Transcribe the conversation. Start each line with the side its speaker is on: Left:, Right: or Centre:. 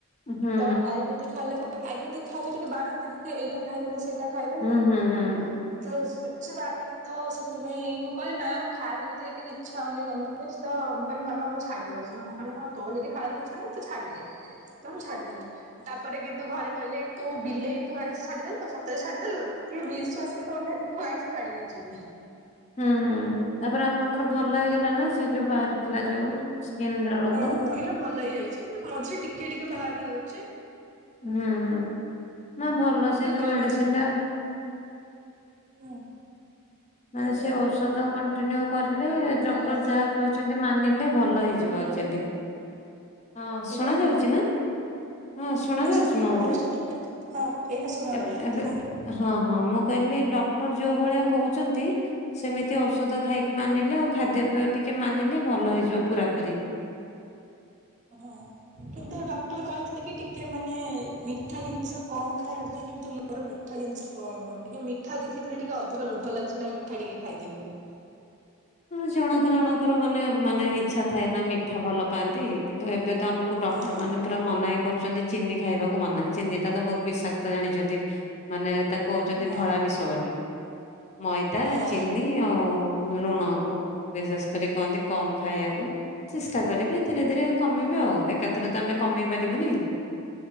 Left: ହୁଁ ହୁଁ
Right: ତ ଆୟୁର୍ବେଦିକି ଖାଇଲେ ଆୟୁର୍ବେଦିକି ଖାଇଲେ ଟିକେ ବାରନ୍ତିିନି ଏଇଟା ଖାଇବନି ସେଇଟା ଖାଇବନି
Left: ହୁଁ ହୁଁ ହୁଁ।
Right: ତ ସେ ସେ ବାରିଲେ ତ ସେଥିପାଇଁ ମୁଁ କହିଲି ନାଇଁ ଆଉ ଖାଇବାକୁ ଏକେରେ ବି ତ ଇଚ୍ଛା ହଉନି ନନ୍ ଭୋଜ୍ ତ ମୁଁ କହିଲି ମାମା ମୁଁ ଦଉଛି ମାମା କହିଲେ ହଁ ତେର ଯଦି ଖାଇବା ଇଛା ନାହିଁ ତୁ ଛାଡ଼ିଦେ ତ ମୁଁ ଛାଡ଼ି ଦେଲି ତାପରେ କିନ୍ତୁ ଘରେ କହିଲେ ତୁ ବିଲେଇ ତୁ ଆଇଁଷ ଛାଡିଦଲୁ ସତରେ ଛାଡିଦେଲୁ କେହି ବିଶ୍ବାସ ବି କରୁନାହାନ୍ତି ମୁଁ ଆଇଁଷ ଛାଡ଼ିଦେଇଛି ବୋଲି
Left: ହୁଁ ତାପରେ ଆପଣଙ୍କର ଭଲ ହେଇଗଲା ନା ସେ ଯୋଉ ବାହାରିଥିଲା ଯୋଉ ସ୍କିନ୍ ର ରୋଗ
Right: ଓହୋ ଏଇନା ଭଲ ହେଇଯାଇଛି ମଝିରେ ଟିକେ ଟିକେ ବାହାରି ଯାଉଛି
Left: ହୁଁ ହୁଁ ନା ଭଲ
Right: ସେ
Left: ସେଇ ଯୋଉ
Right: ଗରମ
Left: ମେଡିସିନି ଟା
Right: ହୁଁ
Left: ମାନେ
Right: ହଁ କୁହନ୍ତୁ
Left: ସେ ଔଷଧ କଣ୍ଟିନ୍ୟୁ କରିଲେ
Right: ହ୍ୟାଲୋ
Left: ଡକ୍ଟର ଯାହା କହିଛନ୍ତି ମାନିଲେ ଭଲ ହେଇ ଯିବ
Right: ହ୍ୟାଲୋ
Left: ଆକ୍ଚୋଲି ହଁ
Right: ହ୍ୟାଲୋ।
Left: ଶୁଣା ଯାଉଛି ନା ହଁ ଶୁଣା ଯାଉଛି
Right: ସହିତ ଟିକେ
Left: ମୋ କଥା
Right: ଭଏସ ଟା ଟିକେ ହଁ ଏଇନା ଶୁଣାଗଲା
Left: ଏବେ
Right: କୁହନ୍ତୁ।
Left: ହଁ ହଁ ମୁଁ କହିଲି ଡକ୍ଟର ଯୋଉ ଭଳିଆ କହୁଛନ୍ତି ସେମିତି ଔଷଧ ଖାଇକି ମାନିଲେ ଆଉ ଖାଦ୍ୟ ପେୟ ଟିକେ ମାନିଲେ ଭଲ ହେଇଯିବ ପୁରା ପୁରି
Right: ହଁ କିନ୍ତୁ ଡକ୍ଟର କହିଥିଲେ କି ଟିକେ ମାନେ ମିଠା ଜିନିଷ କମ୍ ଖାଇବା ପାଇଁ କିନ୍ତୁ ମୋର ମିଠା ଜିନିଷ କମ୍ ହଉନି ଟିକେ ମିଠା ଦେଖିଦେଲେ ଟିକେ ଅଧିକ ଲୋଭ ଲାଗୁଛି ନାଇଁ ମିଠା ଟିକେ ଖାଇଦେବି ବୋଲି
Left: ହଁ ଜଣକ ଜଣଙ୍କର ମାନେ ମାନେ ଇଚ୍ଛା ଥାଏ ନା ମିଠା ଭଲ ପାଆନ୍ତି କିନ୍ତୁ ଏବେ ତ ଆମ କୁ ଡକ୍ଟର
Right: ହଁ
Left: ମାନେ ପୁରା ମନା କରୁଛନ୍ତି ଚିନି ଖାଇବାକୁ ମନା ଚିନି ଟା ତ ବହୁତ ବିଷାକ୍ତ ଜାଣିଛନ୍ତି ମାନେ ତାକୁ କହୁଛନ୍ତି
Right: ହଁ।
Left: ଧଳା ବିଷ ବୋଲି ମଇଦା
Right: ହଁ
Left: ଚିନି ଆଉ ଲୁଣ କୁ ବିଶେଷ କରି କହନ୍ତି କମ୍ ଖାଇବାକୁ ଚେଷ୍ଟା କରିବି ଧୀରେ ଧୀରେ କମେଇବି ଆଉ ଏକାଥରେ ତ ଆମେ କମେଇ ପାରିବୁନି।